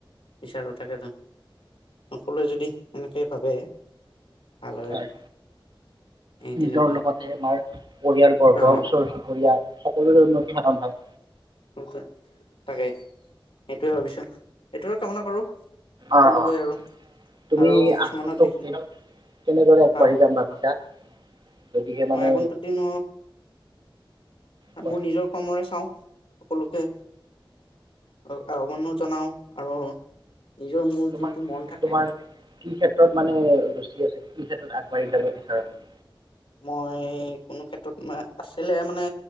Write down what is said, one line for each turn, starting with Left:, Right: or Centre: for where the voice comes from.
Left: বিচাৰোঁ তাকেটো, সকলোৱে যদি এনেকে ভাবে ভাল
Right: হয়
Left: আৰু এই
Right: নিজৰ
Left: তেনেকুৱা
Right: লগতে আমাৰ পৰিয়ালবৰ্গ,
Left: অ
Right: ওচৰ চুবুৰীয়া সকলোৰে উন্নতি সাধন হয়।
Left: <unintelligible> তাকেই সেইটোয়ে ভাবিছোঁ। এইটোৰে কামনা কৰোঁ চব
Right: অঁ অঁ
Left: গৈ আৰু
Right: তুমি
Left: আৰু কিছুমানক
Right: আগন্তক
Left: দেখি
Right: দিনত কেনেদৰে আগবাঢ়ি
Left: হা
Right: যাম ভাবিছা যদিহে
Left: মই
Right: মানে
Left: আগন্তক দিনত
Right: কোৱাচোন
Left: মোৰ নিজৰ কৰ্মই চাওঁ সকলোকে আৰু আহ্বানো জনাওঁ আৰু নিজৰ মোৰ
Right: তোমাৰ,
Left: যোনটো মন থাকে
Right: তোমাৰ কি ক্ষেত্ৰত মানে ৰুচি আছে? কি ক্ষেত্ৰত আগবাঢ়ি যাব বিচাৰা তুমি?
Left: মই, কোনো ক্ষেত্ৰত তোমাৰ আছিলে মানে,